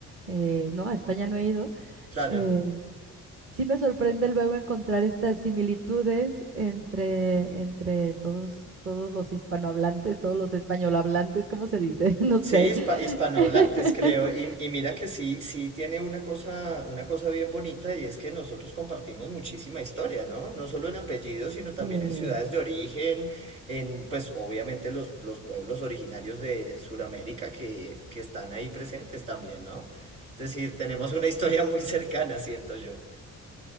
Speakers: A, on the right; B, on the right.
A: eh, no, a España no he ido,
B: Claro.
A: eh, sí me sorprende luego encontrar estas similitudes entre, entre todos, todos los hispanohablantes, todos los españolhablantes, ¿cómo se dice? <laughs> No
B: Sí,
A: sé.
B: hispa- hispanohablantes,
A: <laughs>
B: creo. Y, y mira que sí, sí tiene una cosa, una cosa bien bonita y es que nosotros compartimos muchísima historia, ¿no? No solo en apellidos, sino también
A: Sí,
B: en ciudades de origen, en, pues obviamente los, los pueblos originarios de Sudamérica que, que están ahí presentes también, ¿no? Es decir, tenemos una historia muy cercana, siento yo.